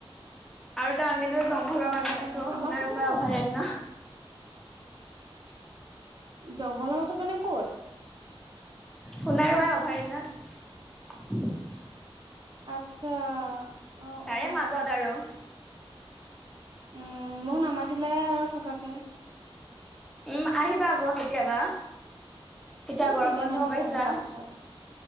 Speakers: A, in the centre; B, on the right.
A: আৰু দা আমিন <unintelligible> জংঘলৰ
B: অ
A: মাজত আছো,
B: আমাৰ
A: সোনাৰোপা
B: ফালেও হয়।
A: অভয়াৰণ্য।
B: জংঘলৰ মাজত মানে ক'ত?
A: সোণাৰোৱা অভয়াৰণ্যত
B: আচ্ছা। অ',
A: তাৰে
B: অ'।
A: মাজত আৰু।
B: উম, মোক নামাতিলাই আৰু থকাকে।
A: উম, আহিবা আকৌ কেতিয়াবা। এতিয়া
B: উম,
A: গৰম বন্ধও
B: মাতিছা
A: পাইছা।
B: মোক কোৱাৰ পিছত।